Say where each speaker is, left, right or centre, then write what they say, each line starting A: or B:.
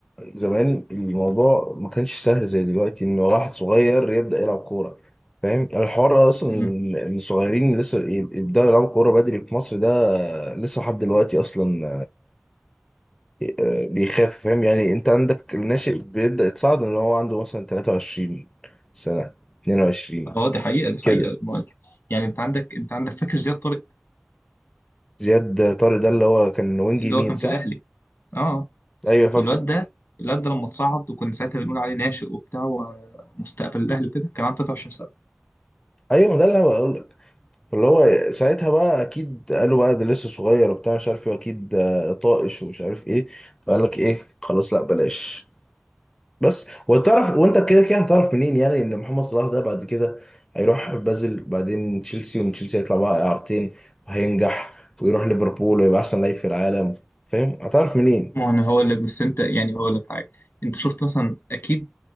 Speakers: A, on the left; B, on the left.
A: زمان الموضوع ما كانش سهل زي دلوقتي ان واحد صغير يبدأ يلعب كورة فاهم يعني الحوار اصلا
B: امم
A: إن الصغيرين اللي لسه يب- يبدأوا يلعبوا كورة بدري في مصر ده لسه لحد دلوقتي اصلا آه، بيخاف فاهم يعني انت عندك الناشئ بيبدأ يتصعد ان هو عنده مثلا 23 سنة 22
B: اه دي حقيقه دي حقيقه
A: كده
B: مايك. يعني انت عندك انت عندك فاكر زياد طارق
A: زياد طارق ده اللي هو كان وينج
B: اللي
A: يمين
B: هو كان
A: صح؟
B: في الاهلي اه
A: ايوه فاكره
B: الواد ده الواد ده لما اتصعد وكنا ساعتها بنقول عليه ناشئ وبتاع ومستقبل الاهلي وكده كان عنده 23 سنه
A: ايوه ما ده اللي انا اللي هو ساعتها بقى اكيد قالوا بقى ده لسه صغير وبتاع مش عارف ايه واكيد آه، طائش ومش عارف ايه فقال لك ايه خلاص لا بلاش بس وتعرف وانت كده كده هتعرف منين يعني ان محمد صلاح ده بعد كده هيروح بازل بعدين تشيلسي ومن تشيلسي هيطلع بقى اعارتين وهينجح ويروح ليفربول ويبقى احسن لعيب في العالم فاهم هتعرف منين
B: ما هو انا هقول لك بس انت يعني هقول لك حاجه انت شفت مثلا اكيد